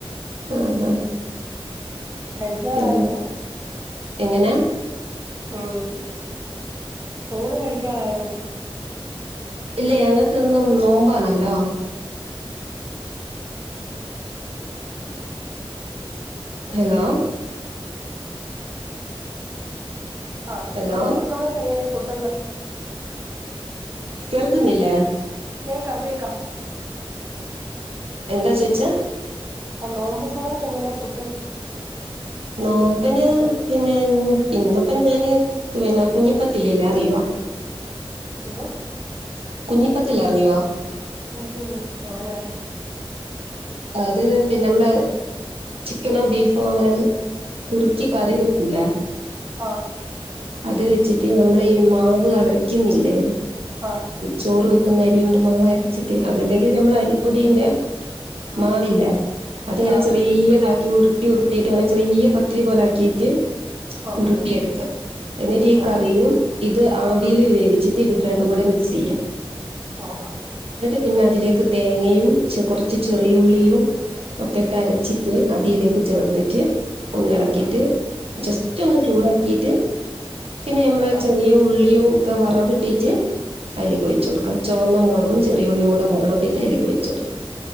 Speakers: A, on the right; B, on the right.
A: ആഹ
B: ഉം
A: ആ
B: കഴിക്കാറായോ
A: പിന്നെ എങ്ങനെ
B: ഉ ഊണ് കഴിക്കാറായോ
A: ഇല്ലേ ഞങ്ങൾക്ക്ൊന്നും നോമ്പാണല്ലോ ഹലോ
B: ആഹ
A: ഹലോ
B: നോമ്പ് സമയത്ത് എങ്ങനെയാ ഫുഡന്ന്
A: കേൾക്കുന്നില്ലേ
B: കേക്കാം കേക്കാം
A: എന്താ ചേയ്ച്ചാ
B: ആ നോമ്പ് സമയത്ത് എങ്ങനാ ഫുഡ്
A: നോമ്പന് പിന്നെ ഇന്നിപ്പ ഞാന് പിന്നെ കുഞ്ഞിപ്പത്തില്ലല്ലേ അറിയുവ
B: എന്തോ
A: കുഞ്ഞിപ്പത്തിൽ അറിയോ
B: ഇല്ല ഇല്ല അങ്ങനെറി
A: അത് പിന്നെ മ്മളെ ചിക്കനോ ബീഫോ അങ്ങനെ കുറുക്കി കറി വെക്കൂല
B: ആ
A: അത് വെച്ചിട്ട് നമ്മള ഈ മാവ് അരയ്ക്കുന്നില്ലേ
B: ആഹ്
A: ചോറ് ക്കുന്ന അരി കൊണ്ട് മാ വരച്ചിട്ട് അതല്ലെങ്കിൽ നമ്മൾ അരിപ്പൊടിന്റെ
B: ഉം
A: മാവില്ല
B: ഉം
A: അത്ങ്ങനെ
B: ആഹ്
A: ചെറിയത ഉരുട്ടി ഉരുട്ടിയിട്ട് അങ്ങനെ ചെറിയ പത്തിരി പോലാക്കിയിട്ട്
B: ഓക്കെ
A: ഉരുട്ടിയെടുക്ക
B: ആഹ്
A: എന്നിട്ട് ഈ കറിയും
B: ഓഹ്
A: ഇത് ആവിൽ
B: ഉം
A: വേവിച്ചിട്ട് ഇത് രണ്ട കൂടെ മിക്സ് ചെയ്യാം
B: ഹ ആ
A: പിന്നെ അതിലേക്ക് തേങ്ങയും കുറച്ച് ചെറിയ ഉുള്ളിയും ഒക്കട്ടരച്ചിട്ട് അതിയിലേക്ക് ചേർത്തിട്ട് ഒന്ന് ഇളക്കിട്ട്
B: ഉം ഉം
A: ജസ്റ്റ് ഒന്ന് ചൂടാക്കിട്ട് പിന്നെ നമ്മള
B: ആഹ്
A: ചെറിയ ഉള്ളിയും ഒക്കെ വറവ ഇട്ടിട്ട് അതിലേക്ക് ഒഴിച്ച കൊടുക്കുക
B: ഉം
A: ചുവന്ന മുളകും ചെറിയുള്ളിയുടെ കൂടെ വരവട്ടിട്ട അയ്ലേക് ഒഴിച്ച കൊടുക്കും